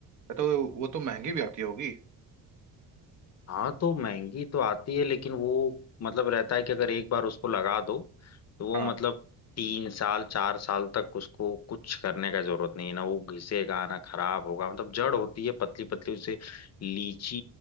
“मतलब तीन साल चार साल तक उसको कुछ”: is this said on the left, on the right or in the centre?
Left